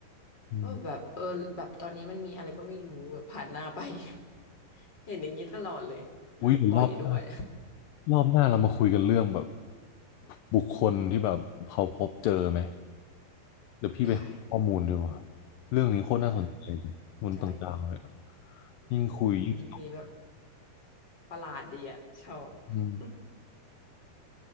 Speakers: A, on the left; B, on the left.
A: อืม
B: ว่าแบบเออแบบตอนนี้มันมีอะไรก็ไม่รู้แบบผ่านหน้าไป <laughs> เห็นอย่างนี้ตลอดเลยนะบ่อยด้วย
A: อุ้ยเดี๋ยวรอบหน้ารอบหน้าเรามาคุยกันเรื่องแบบบุคคลที่แบบเขาพบเจอไหม
B: <laughs>
A: เดี๋ยวพี่ไปหาข้อมูลดีกว่า
B: ได้
A: เรื่องนี้โคตรน่าสนใจเลยมนุษย์ต่างดาวเนี่ย
B: น่าสนใจ
A: ยิ่งคุยยิ่งสนุก
B: เออเรื่องนี้แบบ ประหลาดดีอะชอบ
A: อืม
B: <laughs>